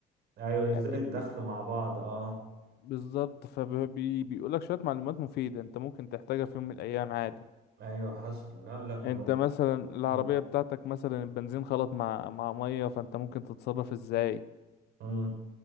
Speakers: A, on the right; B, on the left.
A: ايوه ازاي
B: آه،
A: الدخل مع بعض اه
B: بالظبط فبيقول لك شوية معلومات مفيدة انت ممكن تحتاجها في يوم من الأيام عادي
A: ايوه حصل لا لا
B: انت
A: مو...
B: مثلا العربية
A: مم.
B: بتاعتك مثلا البنزين خلط مع مع مية فانت ممكن تتصرف ازاي
A: مم.